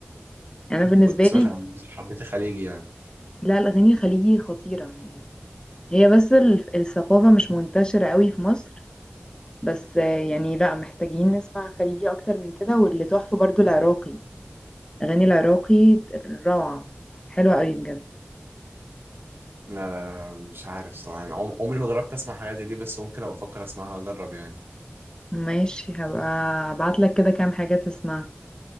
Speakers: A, on the left; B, on the right.
A: انا بالنسبه
B: كنت سمعت-
A: لي
B: حبيت الخليجي يعني
A: لا الاغاني الخليجي خطيره يعني هي بس ال- الثقافه مش منتشره قوي في مصر بس آه يعني لا محتاجين نسمع خليجي اكتر من كده واللي تحفه برضو العراقي اغاني العراقي روعه حلوه قوي بجد
B: لا لا لا مش عارف صراحة يعني عم- عمري ما جربت اسمع حاجات زي دي بس ممكن ابقى افكر اسمعها اجرب يعني
A: ماشي هبقى ابعت لك كده كام حاجه تسمعها